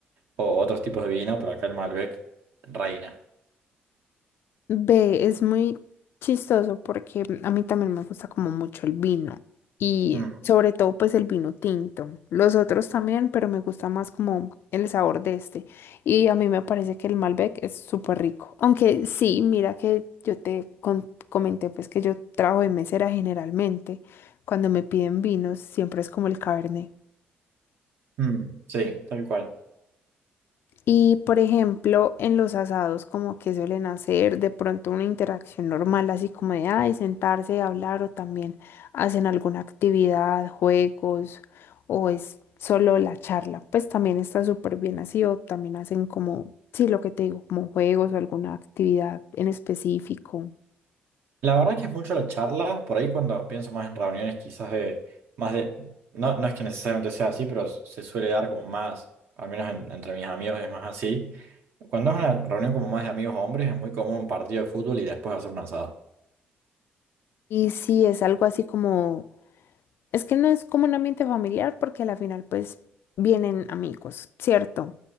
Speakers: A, on the right; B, on the left.
A: o otros tipos de vino, pero acá el Malbec reina.
B: Ve, es muy chistoso porque mm, a mí también me gusta como mucho el vino y
A: Mm,
B: sobre todo pues el vino tinto. Los otros también, pero me gusta más como el sabor de este. Y a mí me parece que el Malbec es súper rico. Aunque sí, mira que yo te con- comenté pues que yo trabajo de mesera generalmente. Cuando me piden vinos siempre es como el Cabernet.
A: mm, sí, tal cual.
B: Y por ejemplo, en los asados, como que suelen hacer de pronto una interacción normal, así como de, ay, sentarse, a hablar, o también hacen alguna actividad, juegos, o es solo la charla. Pues también está súper bien así, o también hacen como, sí, lo que te digo, como juegos o alguna actividad en específico.
A: La verdad que es mucho la charla, por ahí cuando pienso más en reuniones quizás de más de, no, no es que necesariamente sea así, pero se suele dar como más, al menos en- entre mis amigos es más así. Cuando es una reunión como más de amigos hombres es muy común un partido de fútbol y después hacer un asado.
B: Y si es algo así como Es que no es como un ambiente familiar porque a la final pues vienen amigos, ¿cierto?